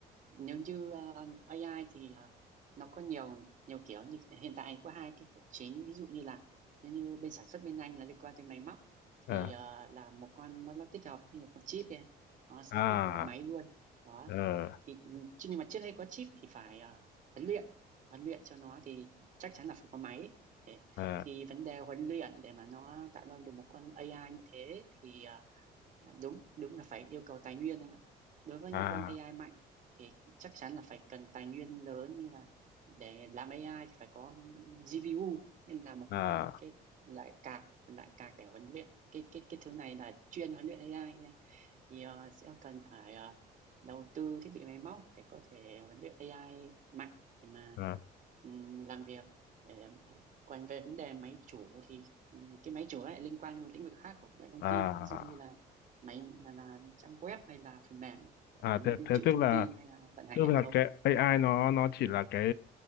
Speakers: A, on the right; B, on the left.
A: nếu như ờ, AI thì ờ, nó có nhiều nhiều kiểu như hiện tại có hai cái kiểu chính ví dụ như là nếu như bên sản xuất bên anh là liên quan tới máy móc
B: ờ
A: thì ờ, là một con nó, nó tích hợp như một con chip ấy, nó sẽ
B: à
A: tích hợp vào máy luôn đó
B: ờ
A: thì ừm, chứ nhưng mà trước hay có chip thì phải ờ, huấn luyện huấn luyện cho nó thì chắc chắn là phải có máy để
B: ờ
A: thì vấn đề huấn luyện để mà nó tạo ra được một con AI như thế thì ờ, đúng đúng là phải yêu cầu tài nguyên anh ạ đối với
B: à
A: những con AI mạnh thì chắc chắn là phải cần tài nguyên lớn như là để làm AI thì phải có GPU nên là một
B: à
A: con- cái loại card loại card để huấn luyện cái cái cái thứ này là chuyên huấn luyện AI ấy. thì ờ, sẽ cần phải ờ, đầu tư thiết bị máy móc để có thể huấn luyện AI mạnh để mà
B: à
A: ừm, làm việc để em thấy còn về vấn đề máy chủ thì ừm, cái máy chủ lại liên quan đến một lĩnh vực khác của công nghệ thông
B: à
A: tin ví dụ như là máy là, là trang web hay là phần mềm ấy, để
B: à
A: mà nó
B: thế
A: lưu
B: thế
A: trữ
B: tức
A: thông
B: là
A: tin hay là vận hành
B: tức
A: hệ
B: là
A: thống
B: cái AI nó nó chỉ là cái